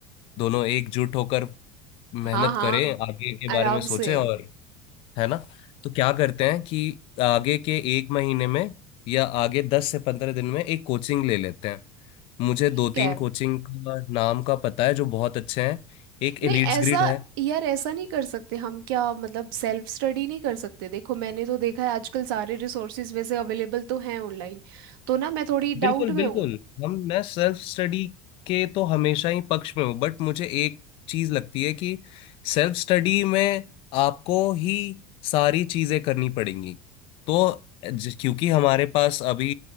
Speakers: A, on the left (about 55°); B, on the right (about 85°).
A: दोनों एकजुट होकर मेहनत
B: हाँ हाँ
A: करें आगे के
B: आराम
A: बारे में सोचें
B: से
A: और है ना तो क्या करते हैं कि आगे के एक महीने में या आगे दस से पंद्रह दिन में एक कोचिंग ले लेते हैं मुझे
B: ठीक
A: दो तीन
B: है
A: कोचिंग का नाम का पता है जो बहुत अच्छे हैं एक
B: नहीं
A: एलिट्स
B: ऐसा
A: ग्रिड है
B: यार ऐसा नहीं कर सकते हम क्या मतलब सेल्फ स्टडी नहीं कर सकते देखो मैंने तो देखा है आजकल सारे रिसोर्सेज वैसे अवेलेबल तो हैं ऑनलाइन तो ना मैं थोड़ी
A: बिल्कुल
B: डाउट
A: बिल्कुल
B: में हूँ
A: हम मैं सेल्फ स्टडी के तो हमेशा ही पक्ष में हूँ बट मुझे एक चीज लगती है कि सेल्फ स्टडी में आपको ही सारी चीजें करनी पड़ेंगी तो ज- क्योंकि हमारे पास अभी